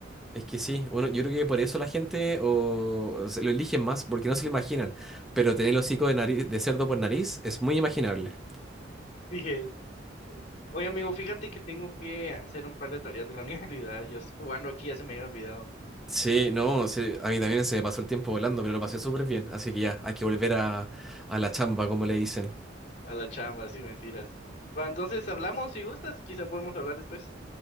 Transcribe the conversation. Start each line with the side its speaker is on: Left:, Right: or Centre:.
Centre: Es que sí, bueno, yo creo que por eso la gente o, o se lo eligen más, porque no se lo imaginan. Pero tener el hocico de nariz, de cerdo por nariz es muy imaginable.
Left: <laughs> Sí, Mm. Oye, amigo, fíjate que tengo que hacer un par de tareas de la <laughs> universidad. Yo estoy jugando aquí, ya se me había olvidado
Centre: Sí, no, sí, a mí también se me pasó el tiempo volando, pero lo pasé
Left: Mm.
Centre: súper bien. Así que ya, hay que volver a, a la chamba, como le dicen.
Left: a la chamba, sí, mentiras. Va, entonces hablamos si gustas, quizá podemos hablar después.